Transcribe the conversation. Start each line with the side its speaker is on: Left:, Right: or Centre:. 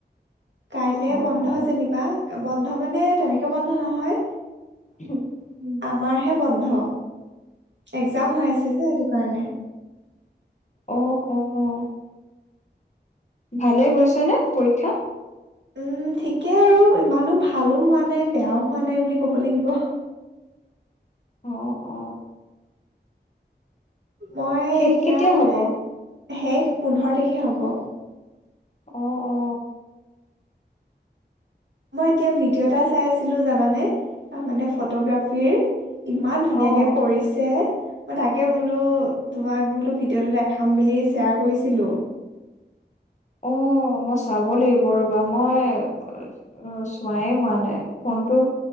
Right: কাইলে
Left: অ',
Right: বন্ধ
Left: অ',
Right: যেনিবা। বন্ধ মানে তেনেকে বন্ধ নহয়
Left: উম।
Right: আমাৰ হে বন্ধ, এগজাম হৈ আছে যে সেইটো কাৰণে।
Left: অ', অ'। ভালে গৈছে নে পৰীক্ষা।
Right: উম ঠিকে আৰু ইমানো ভালো হোৱা নাই, বেয়াও হোৱা নাই বুলি ক'ব লাগিব।
Left: অ', অ'।
Right: মই
Left: শেষ
Right: এতিয়া
Left: কেতিয়া
Right: মানে,
Left: হ'ব?
Right: শেষ পোন্ধৰ তাৰিখে হ'ব।
Left: অ', অ'।
Right: মই এতিয়া ভিডিঅ' এটা চাই আছিলো জানানে, তাৰ মানে ফটোগ্ৰাফীৰ। ইমান ধুনীয়াকে
Left: অ'।
Right: কৰিছে। মই তাকে বোলো, তোমাক বোলো ভিডিঅ'টো দেখাম বুলি শ্বেয়াৰ কৰিছিলো।
Left: অ', মই চাব লাগিব ৰ'বা মই অক, চোৱায়ে হোৱা নাই ফোনটো।